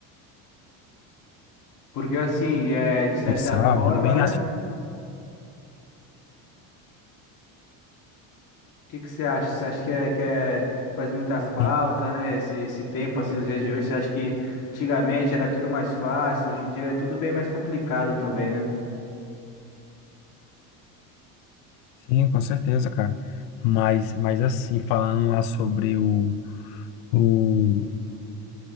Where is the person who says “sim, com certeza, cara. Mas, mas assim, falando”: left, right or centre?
Left